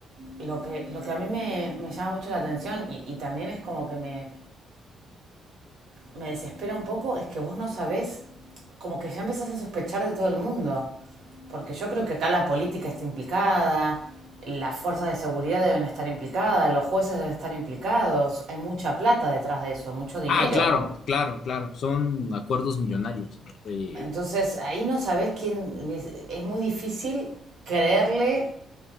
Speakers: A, on the right; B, on the left.
A: lo que, lo que a mí me, me llama mucho la atención y, y también es como que me, me desespera un poco, es que vos no sabés, como que ya empezás a sospechar de todo el mundo, porque yo creo que acá la política está implicada, las fuerzas de seguridad deben estar implicadas, los jueces deben estar implicados, hay mucha plata detrás de eso, mucho dinero.
B: Ah, claro,
A: como-
B: claro, claro. Son acuerdos millonarios. ¿no? Eh,
A: Entonces ahí no sabes quién. Es muy difícil creerle,